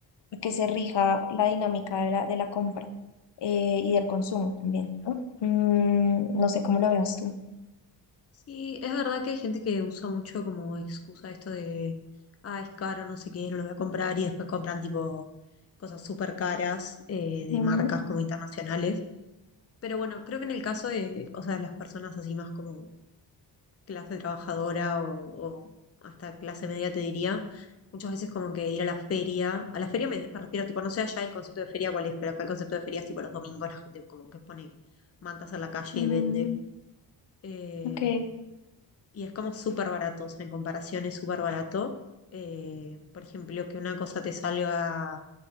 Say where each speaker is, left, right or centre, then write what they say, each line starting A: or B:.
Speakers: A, on the left; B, on the left.
A: porque se rija la dinámica de la, de la compra eh, y del consumo también, ¿no? Mm, no sé cómo lo veas tú.
B: Sí, es verdad que hay gente que usa mucho como excusa esto de, ah, es caro, no sé qué, no lo voy a comprar, y después compran tipo cosas súper caras eh, de
A: Mm,
B: marcas como internacionales. Pero bueno, creo que en el caso de, o sea, las personas así más como clase trabajadora o, o hasta clase media, te diría, muchas veces como que ir a la feria, a la feria me, me refiero tipo, no sé allá el concepto de feria cuál es, pero acá el concepto de feria es tipo los domingos, la gente como que pone mantas en la calle
A: mm,
B: y vende. Eh,
A: ok,
B: y es como súper barato, o sea, en comparación es súper barato. Eh, por ejemplo, que una cosa te salga,